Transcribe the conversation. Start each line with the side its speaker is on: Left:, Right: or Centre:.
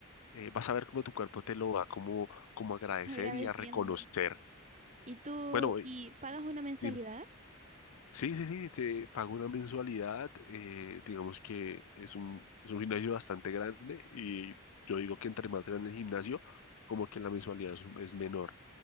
Left: eh, vas a ver cómo tu cuerpo te lo va como, como a agradecer
Right: agradeciendo.
Left: y a reconocer.
Right: ¿Y tú,
Left: Bueno, y-
Right: y pagas
Left: y-
Right: una mensualidad?
Left: dime. Sí, sí, sí, te pago una mensualidad, eh, digamos que es un, es un gimnasio bastante grande y yo digo que entre más grande el gimnasio, como que la mensualidad es, es menor.